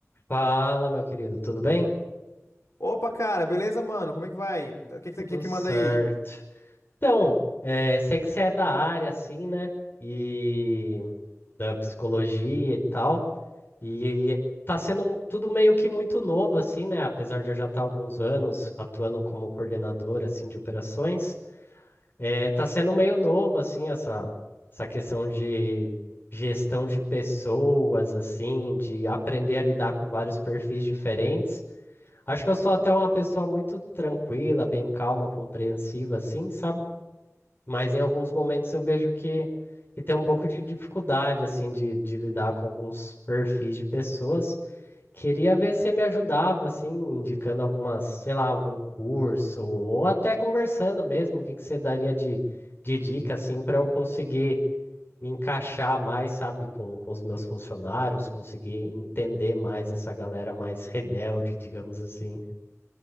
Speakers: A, on the left; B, on the left.
A: Fala, meu querido, tudo bem?
B: Opa, cara, beleza, mano? Como é que vai? O que, que,
A: Tudo
B: que que
A: certo.
B: manda aí?
A: Então, eh, sei que você é da área, assim, né? E da psicologia e tal. E, e tá sendo um, tudo meio que muito novo, assim, né? Apesar de eu já estar há alguns anos atuando como coordenador, assim, de operações, eh, tá sendo meio novo, assim, essa, essa questão de gestão de pessoas, assim, de aprender a lidar com vários perfis diferentes. Acho que eu sou até uma pessoa muito tranquila, bem calma, compreensiva, assim, sabe? Mas em alguns momentos eu vejo que, que tem um pouco de dificuldade, assim, de, de lidar com alguns perfis de pessoas. Queria ver se você me ajudava, assim, indicando algumas, sei lá, algum curso, ou até conversando mesmo, o que que você daria de, de dica, assim, para eu conseguir me encaixar mais, sabe, com, com os meus funcionários, conseguir entender mais essa galera mais rebelde, digamos assim.